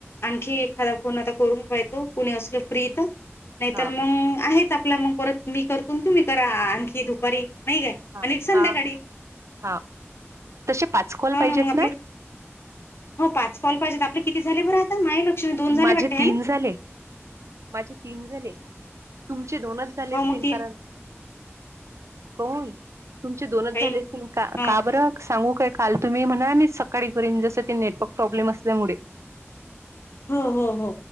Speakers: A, on the left; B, on the right.
A: आणखी एखादा फोन आता करून पायतो कुणी असलं फ्री त नाही
B: हा
A: तर मंग आहेच आपला मग परत मी करतो तुम्ही करा आणखी दुपारी नही काय
B: हा
A: आणि संध्याकाळी
B: हा हा हा तसे पाच कॉल
A: हो
B: पाहिजेत
A: ना मग हो पाच कॉल पाहिजेत आपले किती झाले बरं आता माहे लक्ष दोन झाले
B: माझे
A: वाटतं हे
B: तीन
A: ना
B: झाले माझे तीन झाले तुमचे दोनच झाले
A: हो
B: असतीन
A: मग तीन
B: कारण कोण तुमचे दोनच
A: काही
B: झाले असतील का
A: हा
B: का बरं सांगु काय काल तुम्ही म्हणा मी सकाळी करीन जसं ते नेटवर्क प्रॉब्लेम असल्यामुळे
A: हो हो हो